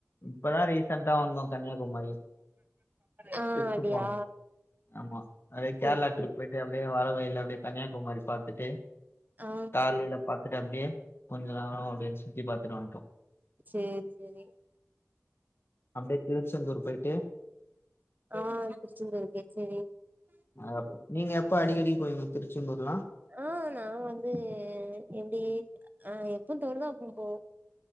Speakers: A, on the left; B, on the right.
A: இப்பதான் ரீசன்டா வந்தோம் கன்னியாகுமரி
B: ஆ
A: ட்ரிப்பு
B: அப்டியா
A: போனோம் ஆமா அதே
B: சேரி
A: கேரளா
B: சேரி
A: ட்ரிப் போய் ட்டு அப்டியே வரவழியில அப்டியே கன்னியாகுமரி பாத்துட்டு
B: ஆ
A: காலைல பாத்துட்டு அப்டியே கொஞ்ச நேரம் அப்டியே சுத்தி பாத்துட்டு வந்ட்டோம்
B: சேரி சேரி
A: அப்டியே‌ திருச்செந்தூர் போய்ட்டு
B: ஆ திருச்செந்தூர்க்கே செரி
A: அ நீங்க எப்ப அடிக்கடி போவீங்க திருச்செந்தூர் எல்லா
B: ஆ நா வந்து எப்டி அ எப்போ தோனுதோ அப்போ போவோ